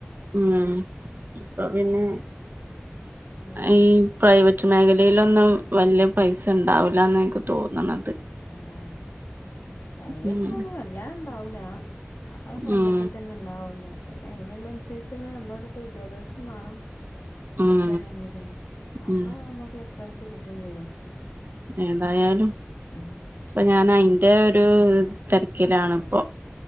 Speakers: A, on the right (about 55°); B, on the left (about 80°).
A: ഉം ആഹ് അപ്പൊ പിന്നെ
B: അതെ
A: ഈ പ്രൈവറ്റ് റ്റ് മേഖലയിലൊന്നും വല്യ പൈസണ്ടാവുല എന്ന ഇൻക്ക് തോന്നണത്.
B: ആഹ പ്രൈവറ്റിലൊന്നും
A: ഉം
B: വല്ലാ ഇണ്ടാവല അ ഗൺമെന്റൽ
A: ഉം
B: തന്നെ ഉണ്ടാവുള്ളു. പിന്നെ അതിനുള്ള അനുസരിച്ചുള്ള നമ്മുടെടുത്ത് വിദ്യാഭ്യാസം മേണം
A: ഉം
B: കിട്ടണെങ്കില്അപ്പൊ
A: ഉം
B: നമുക്ക് എക്സ്പെൻസ് കിട്ടും ചെയ്യാം.
A: ഏതായാലും
B: ഉം
A: ഇപ്പൊ ഞാൻ അയിന്റെ ഒരു തിരക്കിലാണ് പ്പ